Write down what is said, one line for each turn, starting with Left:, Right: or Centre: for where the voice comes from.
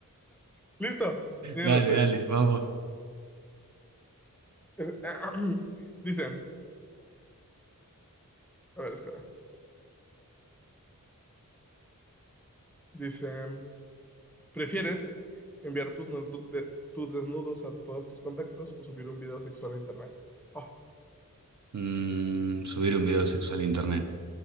Centre: ¿Listo? Dime
Right: Dale,
Centre: la tuya.
Right: dale, vamos.
Centre: Eh, <clears throat> Dice, a ver, espera. Dice. ¿Prefieres enviar tus, nasdu- de- tus desnudos a todos tus contactos o subir un video sexual a internet? Oh.
Right: Mm, subir un video sexual a internet.